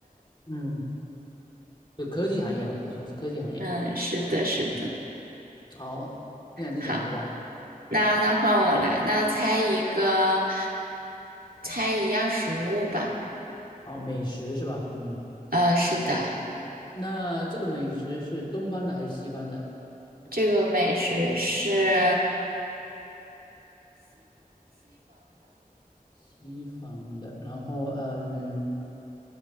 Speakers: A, on the left; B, on the right.
A: 嗯，就科技行业嘛，他从事科技行业。
B: 嗯，是的，是的。
A: 嗯，好，这两你讲一个吧。
B: 好，那那换我来，那猜一个，猜一样食物吧。
A: 好，美食是吧？嗯，
B: 呃，是的，
A: 那这个美食是东方的还是西方的？
B: 这个美食是，
A: 西方的。然后，嗯，